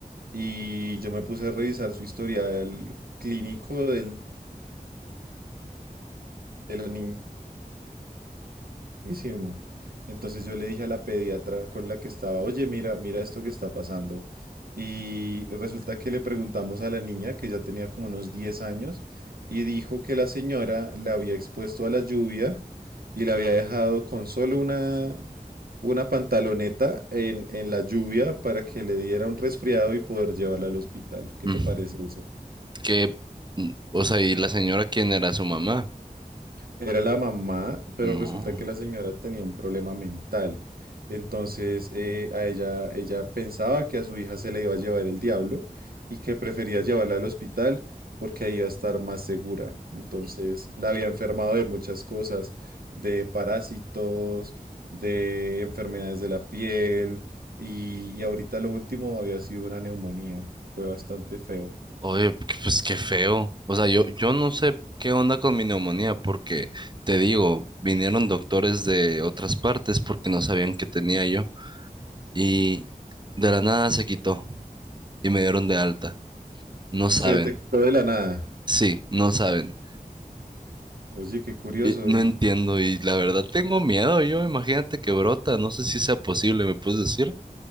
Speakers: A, on the right; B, on the right.
A: y yo me puse a revisar su historial clínico del- de la niña Buenísimo. Entonces yo le dije a la pediatra con la que estaba, oye, mira, mira esto que está pasando. Y resulta que le preguntamos a la niña, que ya tenía como unos 10 años, y dijo que la señora la había expuesto a la lluvia y la había dejado con solo una, una pantaloneta en, en la lluvia para que le diera un resfriado y poder llevarla al hospital. ¿Qué
B: Mm.
A: te parece eso?
B: Que, mm, o sea, ¿y la señora quién era su mamá?
A: Era la mamá, pero
B: No.
A: resulta que la señora tenía un problema mental. Entonces, eh, a ella, ella pensaba que a su hija se le iba a llevar el diablo y que prefería llevarla al hospital porque ahí iba a estar más segura. Entonces, la había enfermado de muchas cosas, de parásitos, de enfermedades de la piel y, y ahorita lo último había sido una neumonía. Fue bastante feo.
B: Oye, p- pues qué feo. O sea, yo, yo no sé qué onda con mi neumonía, porque te digo, vinieron doctores de otras partes porque no sabían qué tenía yo. Y de la nada se quitó y me dieron de alta. No saben.
A: Se Y- detectó de la nada.
B: Sí, no saben.
A: Oye, qué curioso.
B: Y No
A: y
B: entiendo y la verdad tengo miedo yo, imagínate que brota, no sé si sea posible, ¿me puedes decir?